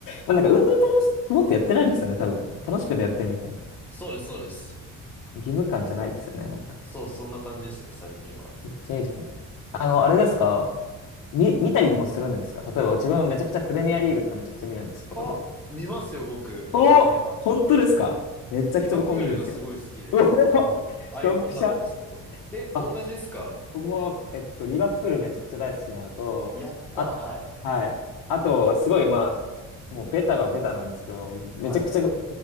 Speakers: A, on the left; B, in the centre.
A: あなんか運動と思ってやってないですよね、多分。楽しくやってるみたいな。
B: そうです、そうです。
A: 義務感じゃないですよね、なんか。め
B: そう、そんな感じですね、最近は。
A: ちゃくちゃいいですね。あの、あれですか見見たりもするんですか例えば自分はめちゃくちゃプレミアリーグとかめちゃくちゃ見るんですけど。
B: あ、見ますよ、僕、
A: お本当ですかめちゃくちゃ僕も見るんですよ。
B: プレミア。リバプールがすごい好きで、
A: うお
B: あの、アイコンだったんですけど。
A: ドンピシャ。
B: え、
A: あ
B: 同じですか
A: 僕も、えっと、リバプールめちゃくちゃ大好きなのと、
B: やったー、
A: あ、
B: はい。
A: はい。あと、すごい、まあ、もうベタはベタなんですけど、めちゃくちゃ、
B: はい。
A: ん